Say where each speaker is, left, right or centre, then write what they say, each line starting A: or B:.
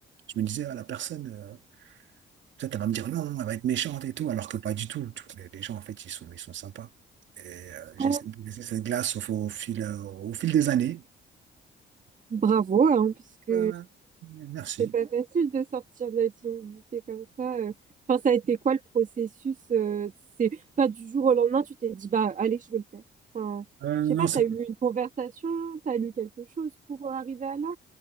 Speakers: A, on the right; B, on the right.
A: Je me disais, ah, la personne, euh, peut-être elle va me dire non, elle va être méchante et tout, alors que pas du tout. Tu vois, Les, les gens, en fait, ils sont, ils sont sympas. Et euh, j'ai
B: Alors,
A: laissé cette glace au, au fil, euh, au fil des années.
B: Bravo, hein, puisque
A: Euh, Merci.
B: C'est pas facile de sortir de la timidité comme ça. euh. Enfin, ça a été quoi le processus? euh, c'est pas du jour au lendemain, tu t'es dit, bah, allez, je vais le faire. Enfin,
A: Euh,
B: je sais
A: non,
B: pas,
A: c'est-
B: t'as eu une conversation, t'as lu quelque chose pour euh, arriver à là?